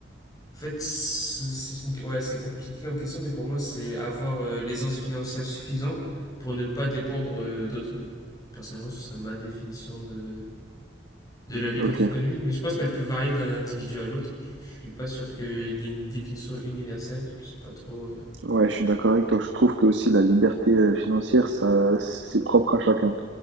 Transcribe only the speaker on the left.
En fait, c'est une- ouais, c'est compliqué comme question, mais pour moi, c'est avoir euh, l'aisance financière suffisante pour ne pas dépendre euh, d'autrui. Personnellement, ce serait ma définition de, de la liberté
économique, mais je pense qu'elle peut varier d'un individu à l'autre. Je suis pas sûr qu'il y ait une définition universelle. Je sais pas trop. euh.